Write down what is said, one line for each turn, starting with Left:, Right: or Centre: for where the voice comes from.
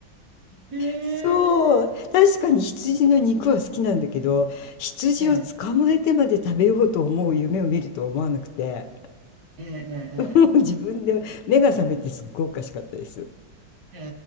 Right: ええ。
Left: そう、確かに羊の肉は好きなんだけど、羊を捕まえてまで食べようと思う夢を見るとは思わなくて、
Right: へえ。ええ。ええええ
Left: <laughs> もう自分で目が覚めてすっごいおかしかったです。
Right: え